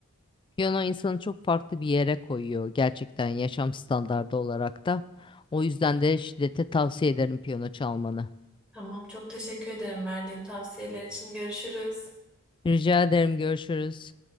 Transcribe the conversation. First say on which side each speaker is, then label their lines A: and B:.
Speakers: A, on the left (about 20°); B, in the centre.
A: Piyano insanı çok farklı bir yere koyuyor gerçekten yaşam standardı olarak da. O yüzden de şiddete tavsiye ederim piyano çalmanı.
B: Tamam çok teşekkür ederim verdiğin tavsiyeler için. Görüşürüz.
A: Rica ederim. Görüşürüz.